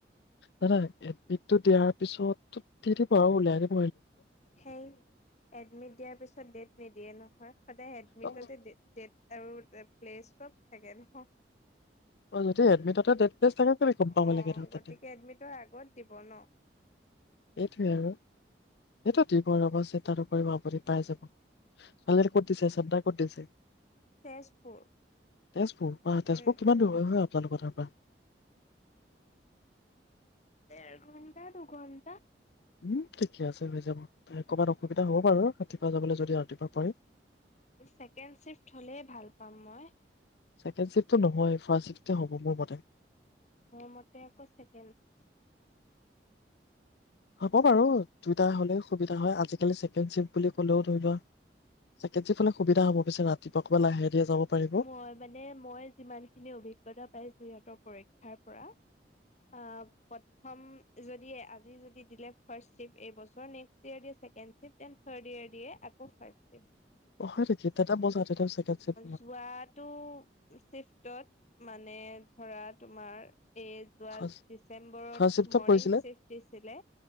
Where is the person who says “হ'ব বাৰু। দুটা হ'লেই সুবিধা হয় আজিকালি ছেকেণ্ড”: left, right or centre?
Left